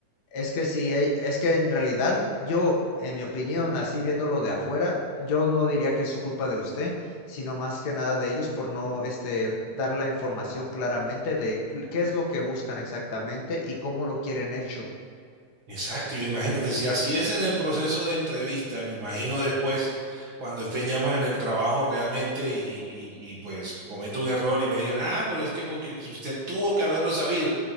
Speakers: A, on the left; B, on the right.
A: es que si, hay- es que en realidad yo, en mi opinión, así viéndolo de afuera, yo no diría que es su culpa de usted, sino más que nada de ellos por no, este, dar la información claramente de qué es lo que buscan exactamente y cómo lo quieren hecho.
B: exacto. Yo imagínate, si así es en el proceso de entrevista, me imagino después, cuando estén ya pues, en el trabajo realmente y, y- y, pues cometo un error y me digan, ah, pero es que porque usted tuvo que haberlo sabido.